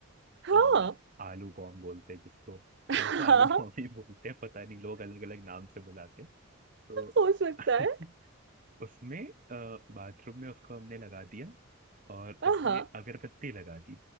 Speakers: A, on the right; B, on the right.
A: हाँ
B: अ, आलू बॉम बोलते हैं जिसको
A: हाँ
B: हम तो आलू बॉम
A: <laughs>
B: ही बोलते हैं पता नहीं लोग अलग अलग नाम से बुलाते हैं तो
A: हो सकता
B: <laughs>
A: है
B: उसमें बाथरूम में उसको हमने लगा दिया और उसमें
A: आहा
B: अगरबत्ती लगा दी